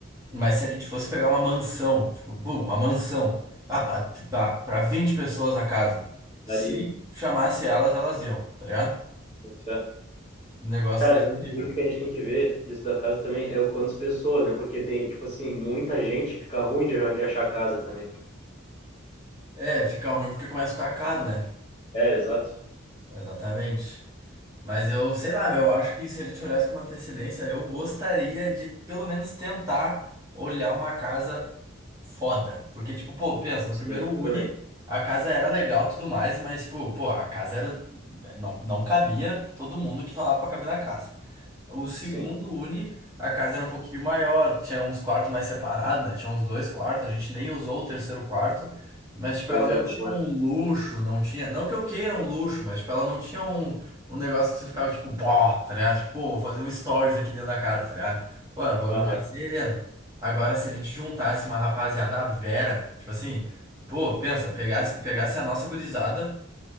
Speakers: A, on the right; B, on the left.
A: Mas se a gente fosse pegar uma mansão, tipo, bum, uma mansão, ah, pra, pra, pra 20 pessoas a casa, se
B: Daria,
A: chamasse elas, elas iam, tá ligado?
B: tudo certo.
A: Um negócio
B: Cara,
A: nesse
B: o bagulho
A: nível.
B: que a gente tem que ver, isso da casa também, é o quantas pessoas, né? Porque tem, tipo assim, muita gente fica ruim de, de achar casa também.
A: É, fica ruim porque começa a ficar caro, né?
B: É, exato.
A: Exatamente. Mas eu, sei lá, meu, eu acho que se a gente olhasse com uma antecedência, eu gostaria de pelo menos tentar olhar uma casa Foda. Porque, tipo, pô, pensa, no
B: Sim,
A: primeiro Uni,
B: eu também.
A: a casa era legal e tudo mais, mas, tipo, pô, a casa era. Não, não cabia todo mundo que falava pra caber na casa. O segundo
B: Sim.
A: Uni, a casa era um pouquinho maior, tinha uns quartos mais separados, né? Tinha uns dois quartos, a gente nem usou o terceiro quarto, mas, tipo,
B: Pois
A: ela não
B: é, pô,
A: tinha um
B: é.
A: luxo, não tinha. Não que eu queira um luxo, mas, tipo, ela não tinha um, um negócio que você ficava, tipo, pó, tá ligado? Tipo, pô, vou fazer um stories aqui dentro da casa, tá ligado? Pô, era um bagulho
B: Bah,
A: mais
B: real.
A: sereno. Agora, se a gente juntasse uma rapaziada à Vera, tipo assim, pô, pensa, pegasse, pegasse a nossa gurizada.